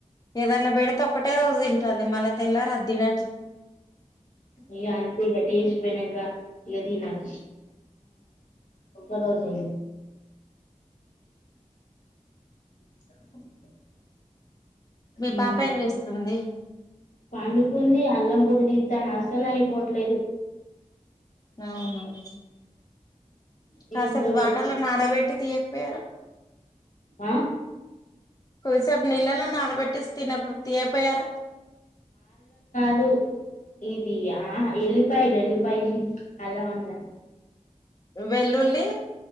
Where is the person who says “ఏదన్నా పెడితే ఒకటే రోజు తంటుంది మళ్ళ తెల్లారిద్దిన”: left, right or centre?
Left